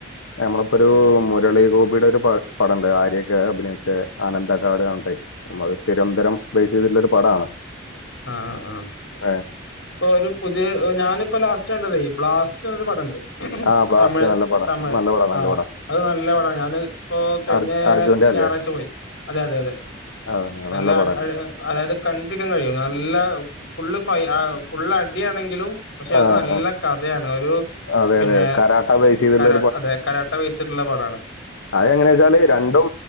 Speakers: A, on the left; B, on the left.
A: നമ്മളിപ്പോൊ ഒരു മുരളീ ഗോപിയുടെ ഒരു പടംുണ്ട് ആര്യൊക്കെ അഭിനയിച്ച് ആനന്ദക്കാട് ആണ്ട തിരുവനന്തരം ബേസ് ചെയ്തിട്ടുള്ളൊരു പടമാണ്
B: ആഹ ആഹ ആഹ
A: ഏഹ്,
B: ഇപ്പൊ ഒരു പുതിയ ഞാനിപ്പോ ലാസ്റ്റ്തായി ബ്ലാസ്റ്റ് എന്നൊരു പടംുണ്ട്
A: ആ ബ്ലാസ്റ്റ്
B: തമിഴ്
A: നല്ല പടം
B: തമിഴ്
A: നല്ല പടം നല്ല
B: ആഹ
A: പടം
B: അത് നല്ല വളമാണ് ഞൻ ഇപ്പോൊ കഴിഞ്ഞ
A: അർജു അർജുന്റെ അല്ലേ
B: ഞായറാഴ്ച പോയി അതെ അതെ അതെ
A: ആ,
B: നല്ല
A: പടം
B: അതായത് കണ്ടപ്പിക്കാൻ കഴിയും നല്ല ഫുള്ള് ഫൈ ഫുള് അടിയണെങ്കിലും പക്ഷെ
A: ആ
B: അത് നല്ല
A: ആ.
B: കഥയാണ് ഒരു
A: അതെ
B: പിന്നെ
A: അതെ കരാട്ട ബേസ് ചെയ്തിട്ടുള്ള
B: ക അതെ കരാട്ട വയസട്ടുള്ള പട
A: അതെങ്ങനെ വെച്ചാല് രണ്ടും